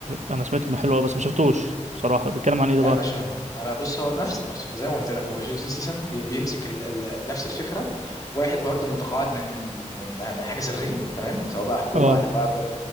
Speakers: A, on the right (about 65°); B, on the left (about 30°).
A: انا سمعت انه حلو قوي بس ما شفتوش بصراحة بيتكلم عن ايه
B: لا
A: ده بقى
B: يا باشا انا بص هو نفس بص زي ما قلت لك هو جيسون سيسم بيمسك ال... ال... نفس الفكره واحد برضه متقاعد من من من من حاجه سريه تمام سواء بقى حكومه
A: اه
B: بقى